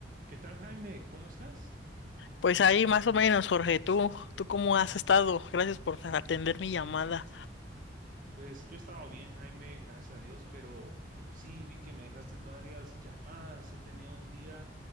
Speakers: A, on the right; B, on the left.
A: ¿Qué tal, Jaime? ¿Cómo estás?
B: Pues ahí más o menos, Jorge, ¿tú, tú cómo has estado? Gracias por atender mi llamada.
A: Pues yo estaba bien, Jaime, gracias a Dios, pero, pero sí vi que me dejaste varias llamadas. He tenido un día